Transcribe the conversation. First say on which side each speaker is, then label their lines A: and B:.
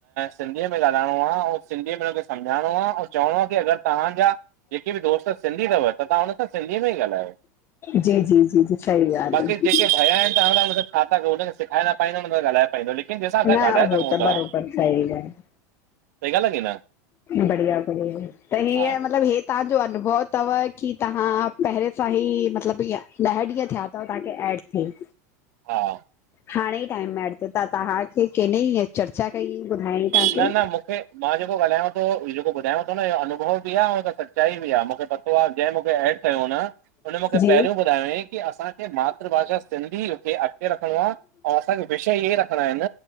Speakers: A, on the right; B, on the left.
A: सिंधीअ में ॻाल्हाइणो आहे ऐं सिंधीअ में हुनखे समझाइणो आहे ऐं चवणो कि अगरि तव्हांजा जेके बि दोस्त सिंधी अथव त तव्हां हुन सां सिंधीअ में ई ॻाल्हायो
B: जी जी जी जी सही ॻाल्हि
A: बाक़ी
B: आहे
A: जेके भैया आहिनि तव्हां हुनसां छा था हुनखे सेखारे न पाईंदो न ॻाल्हाए पाईंदो लेकिन जंहिंसां
B: न
A: असां ॻाल्हाए
B: उहो
A: सिघूं
B: त
A: था
B: बरोबर सही ॻाल्ह
A: सही ॻाल्हि आहे की न
B: बढिया बढिया त ही
A: हा
B: आ मतलबु तांजो अनुभव थव की तांहां पहेरें सांही मतिलब ईअं ॾह ॾींहं थिया। त तांखे ऐड थेई।
A: हा।
B: हाणे ई टाइम में एड त तांहांखे केनई चर्चा कई ॿुधायां तांखे।
A: न मूंखे मां जेको ॻालायो तो जेको ॿुधायों थ न इो अनुभव बि आ अ हिक सचाई बि आ मूंखे। आए जेंह मूंखे एड कयो न हुन मूंखे
B: जी
A: पहिरियों ॿुधायोईं। कि असांखे मातृभाषा सिंधीअं खे अॻते रखणो आ अउ असांखे विषय इहेई रखंदाइंन।